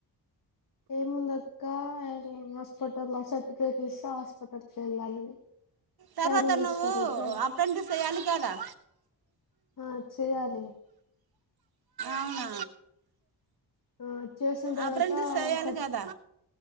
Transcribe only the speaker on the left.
ఏ ముందక్క ఏదో నర్స్ హాస్పటల్ సర్టిఫికేట్ హాస్పిటల్ కీ వెళ్ళాలి
ట్రైనింగ్ ఇస్తారు
ట్రై
ఆ చేయాలి
ఆ చేసిన తర్వాత
స